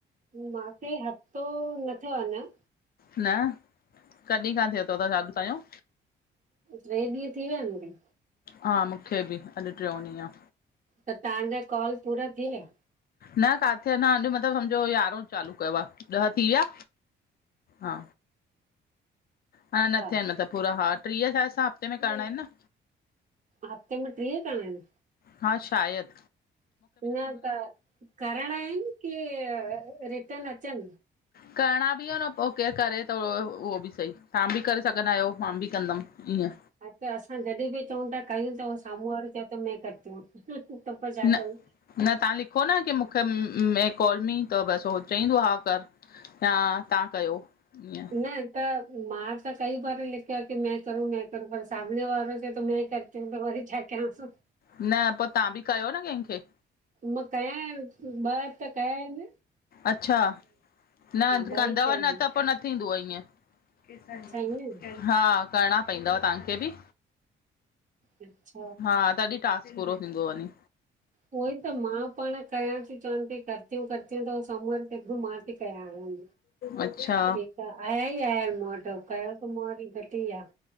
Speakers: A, on the right (about 40°); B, on the left (about 50°).
A: मांखे हफ़्तो न थियो आ अञां।
B: न कॾि खां थियो थव अॻु तांॼो।
A: ट्रे ॾींय थी वया आयन मुखे।
B: हा मूंखे ॿि अॼु ट्रो ॾीय आ।
A: त तांजा कॉल पूरा थी वया?
B: न काथे अञा अॼ मतलब समझो यारों चालू कयो आ ॾह थी वया हा। अना न
A: हा
B: थ्यान मतलब पूरा हा ट्रीह टास्क हफ़्ते में करणा आयन न?
A: हफ़्ते में ट्रीय करणा आयन।
B: हा शायद।
A: न त करणा आयन की रिटन अचन?
B: करणा ॿि आन पो करे-करे तो उहो ॿि सही तां ॿि करे सघंदा आयो मां भी कंदम ईअं।
A: हा त असां जॾि बि चऊं ता कयूं त सामू वारो चयो त मैं करती हु त असा छा
B: न
A: कयु?
B: न तां लिखो न की मूंखे मैं कॉल मी त बस उ चईंदो हा कर। हा तां कयो। ईअं
A: न त मां त कई बार लिखयो क मै करूं मै करूं पर सामने वारो त म करति हूं त वरी छा कयास?
B: न पो तां ॿि कयो न कैंखे।
A: मां कया आयन ॿ त कया आयन।
B: अच्छा न
A: ॿ
B: कंदव
A: ई कया आहिनि
B: न त पो न न थीदुअ ईअ
A: अच्छा ईअं
B: हा करणा पईदव तांखे ॿि।
A: अच्छा
B: हा तॾि टास्क पूरो थींदो वञी।
A: उहोइ त मां पांण कयां ती, चवान ती करती हुं करती हुं त हो सामूूं वारो चए तो मा हे कया हुवई
B: अच्छा
A: हे त आया ई आय इनि मूं वटि कयो त मूं वरी घटि ई आ।